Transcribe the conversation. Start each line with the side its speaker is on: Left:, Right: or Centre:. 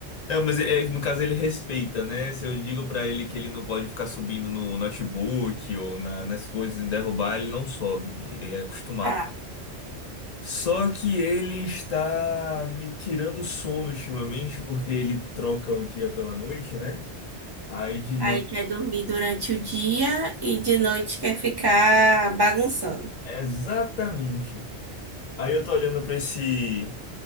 Left: Não, mas é, é- no caso ele respeita, né? Se eu digo pra ele que ele não pode ficar subindo no notebook ou na- nas coisas e derrubar, ele não sobe. Ele é acostumado.
Right: Tá.
Left: Só que ele está me tirando o sono ultimamente, porque ele troca o dia pela noite, né? Aí de noite.
Right: Aí quer dormir durante o dia e de noite quer ficar bagunçando.
Left: Exatamente. Aí eu tô olhando pra esse